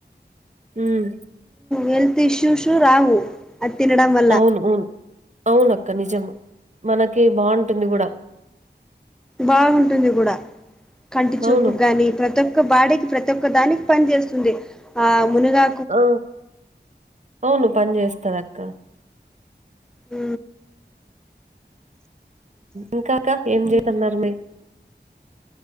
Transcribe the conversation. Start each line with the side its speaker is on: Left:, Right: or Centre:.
Right: హ్మ్.
Centre: హెల్త్ ఇష్యూస్ రావు అది తినడం వా
Right: అవును అవును అవునక్క నిజం మనకి బాగుంటుంది కూడా
Centre: బాగుంటుంది కూడా కంటి చూపుగాని
Right: అవును.
Centre: ప్రతి ఒక్క బాడికి ప్రతి ఒక్క దానికి పని చేస్తుంది ఆ మునగా
Right: ఆ అవును పని చేస్తాదక్క
Centre: ఊ
Right: ఇంకా అక్క ఏం చేస్తున్నారు మరి